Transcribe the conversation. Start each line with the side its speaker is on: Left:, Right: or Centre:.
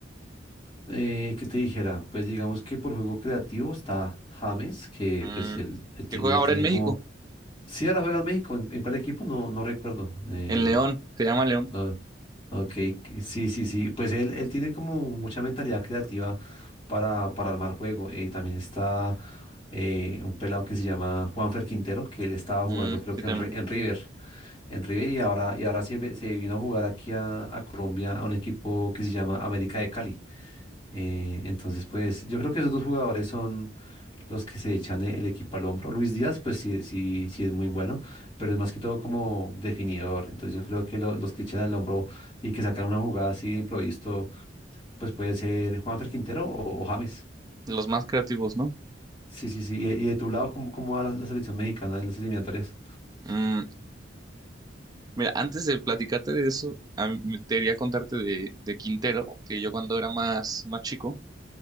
Left: Eh, ¿qué te dijera? Pues digamos que por juego creativo está James, que
Right: Mm,
Left: pues él, él tiene,
Right: que juega ahora
Left: tiene
Right: en México.
Left: como... Sí, ahora juega en México. ¿En, en cuál equipo? No, no recuerdo. Eh,
Right: En León, se llama León.
Left: Ah, ok, sí, sí, sí. Pues él, él tiene como mucha mentalidad creativa para, para armar juego. Eh, también está eh, un pelado que se llama Juanfer Quintero, que él estaba
Right: Mm,
Left: jugando creo
Right: sí,
Left: que
Right: también.
Left: en, Ri- en River, en River y ahora, y ahora se, ve- se vino a jugar aquí a, a Colombia a un equipo que se llama América de Cali. Eh, entonces, pues yo creo que esos dos jugadores son los que se echan e-, el equipo al hombro. Luis Díaz, pues sí, sí, sí es muy bueno, pero es más que todo como definidor. Entonces yo creo que lo- los que echan al hombro y que sacan una jugada así de improviso, pues puede ser Juanfer Quintero o, o James.
Right: Los más creativos, ¿no?
Left: Sí, sí, sí. Y, y de tu lado, ¿cómo, cómo va la, la selección mexicana en las eliminatorias?
Right: Mm, mira, antes de platicarte de eso, a mí me- te quería contarte de, de Quintero, que yo cuando era más, más chico,